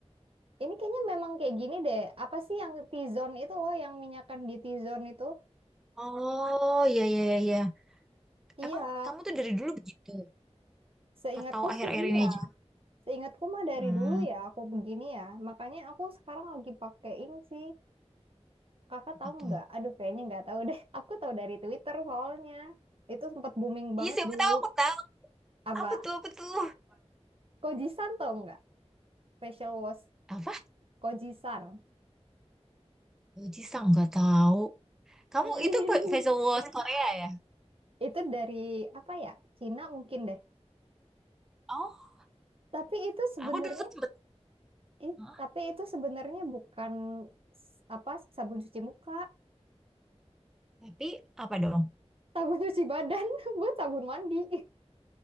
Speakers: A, on the right; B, in the centre.
A: ini kayaknya memang kayak gini deh. Apa sih yang T-zone itu loh, yang minyakan di T-zone itu?
B: Oh iya iya iya. iya.
A: Iya,
B: Emang kamu tuh dari dulu begitu?
A: seingatku
B: Atau akhir-akhir
A: sih iya.
B: ini aja?
A: Seingatku mah dari
B: Hmm,
A: dulu ya aku begini ya. Makanya aku sekarang lagi pakai ini sih. Kakak tahu
B: betul.
A: nggak? Aduh, kayaknya nggak tahu deh. <laughs> Aku tahu dari Twitter soalnya. Itu sempat booming banget
B: Iya siapa
A: dulu.
B: tahu aku tahu.
A: Apa?
B: Apa tuh apa tuh?
A: Kojisan tahu nggak? Facial wash.
B: Apa?
A: Kojisan.
B: Oh Jisang nggak tahu. Kamu
A: <laughs>
B: itu pe- facial wash Korea ya?
A: Itu dari apa ya? Cina mungkin deh.
B: Oh,
A: Tapi itu sebenarnya,
B: aku dulu tuh sempet.
A: i-
B: Hah?
A: tapi itu sebenarnya bukan s- apa sabun cuci muka,
B: Tapi apa dong?
A: <laughs> sabun cuci badan <laughs> buat sabun mandi.